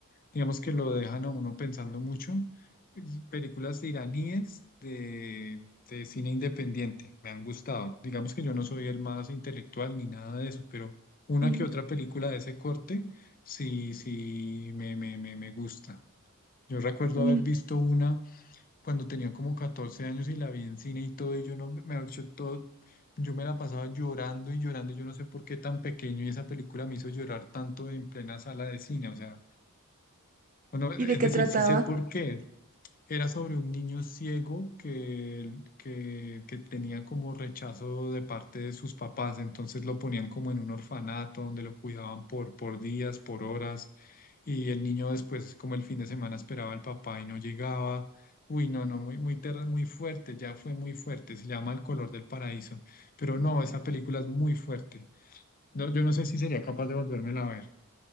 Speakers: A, on the left; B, on the right.
A: digamos que lo dejan a uno pensando mucho. Es- Películas iraníes de, de cine independiente me han gustado. Digamos que yo no soy el más intelectual ni nada de eso, pero una
B: sí.
A: que otra película de ese corte sí, sí me, me, me, me gusta. Yo recuerdo
B: Uy,
A: haber visto una cuando tenía como 14 años y la vi en cine y todo, y yo no, mejor dicho, todo, yo me la pasaba llorando y llorando, yo no sé por qué tan pequeño y esa película me hizo llorar tanto en plena sala de cine, o sea, bueno, es
B: ¿y de qué
A: decir,
B: trataba?
A: sí sé por qué, era sobre un niño ciego que, que, que tenía como rechazo de parte de sus papás, entonces lo ponían como en un orfanato donde lo cuidaban por, por días, por horas, y el niño después, como el fin de semana, esperaba al papá y no llegaba. Uy, no, no, muy, muy, terra- muy fuerte, ya fue muy fuerte, se llama El color del paraíso, pero no, esa película es muy fuerte. No, yo no sé si sería capaz de volvérmela a ver.